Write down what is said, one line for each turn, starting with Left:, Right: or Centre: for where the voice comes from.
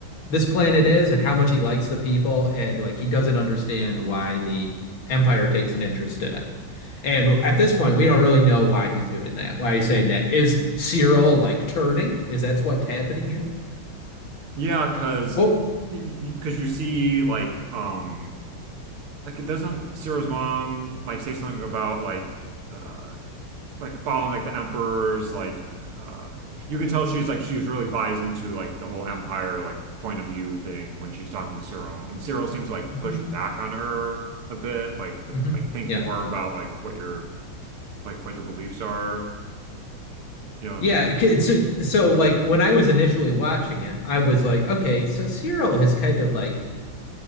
Left: this planet is and how much he likes the people, and like he doesn't understand why the Empire takes an interest in it. And at this point, we don't really know why he's doing that, why he's saying that. Is Cyril like turning? Is that's what's happening here?
Right: Yeah, because
Left: Well,
Right: because you see like um like it doesn't Ciro's mom like say something about like uh like following like the emperor's like uh you can tell she's like she's really buys into like the whole empire like point of view thing when she's talking to Cyril and Cyril seems to like
Left: mhm,
Right: push back on her a bit like to
Left: mhm,
Right: like think
Left: yeah.
Right: more about like what your like what your beliefs are Yeah.
Left: Yeah, so so like when I was initially watching it, I was like, okay, so Cyril has kind of like